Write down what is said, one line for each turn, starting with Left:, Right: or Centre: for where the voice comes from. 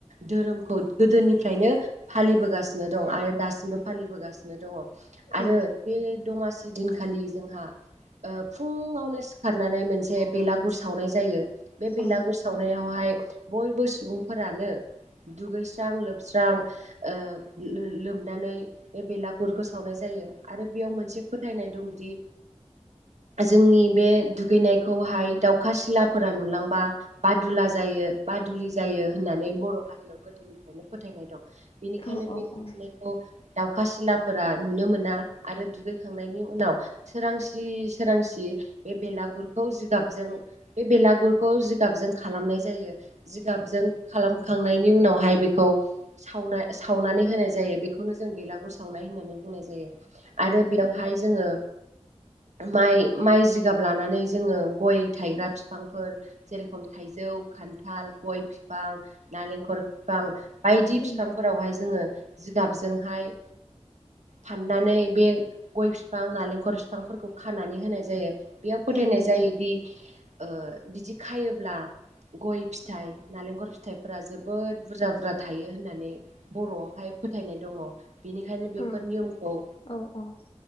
Right: धोरोमखौ गोदोनिफ्रायनो फालिबोगासिनो दं आरो दासिमबो फालिबोगासिनो दङ
Left: औ
Right: आरो बे दमासि दिनखालि जोंहा ओ फुङावनो सिखारनानै मोनसे बेलागुर सावनाय जायो बे बेलागुर
Left: औ
Right: सावनायावहाय बयबो सुबुंफोरानो दुगैस्रां लोबस्रां ओ लोमनानै बे बेलागुरखौ सावनाय जायो। आरो बेयाव मोनसे फोथायनाय दंदि जोंनि बे दुगैनायखौहाय दाउखा सिलाफोरा नुलांबा बादुला जायो। बादुलि जायो होननानै बर' हारियाव गोदोनिफ्रायनो फोथायनाय दं बेनिखायनो
Left: औ औ औ
Right: बे दुगैनायखौ
Left: औ।
Right: दाउखा सिलाफोरा नुनो मोना आरो दुगै खांनायनि उनाव सोरांसि सोरांसि बे बेलागुरखौ जिगाबजों बे बेलागुरखौ जिगाबजों खालामनाय जायो जिगाबजों खालामखांनायनि उनाव बेहाय बेखौ सावनाय सावनानै होनाय जायो बेखौनो जों बेलागुर सावनाय होननानै बुंनाय जायो। आरो बेयावहाय जोङो माइ माइ जिगाब लानानै जोङो गय थायग्रा बिफांफोर जेरेखम थाइज जौ खान्थाल गय बिफां नालेंखल बिफां बायदि
Left: उम
Right: बिफांफोरावहाय जोङो जिगाबजोंहाय फाननानै बे गय बिफां नालेंखर बिफांफोरखौ खानानै होनाय जायो। बेयाव फोथायनाय
Left: उम उम
Right: जायोदि ओ बिदि खायोब्ला गय फिथाइ नालेंखर फिथाइफोरा जोबोद बुरजा बुरजा थायो होननानै बर'आवहाय फोथायनाय दङ बेनिखायनो बेफोर
Left: औ
Right: नियमखौ
Left: औ औ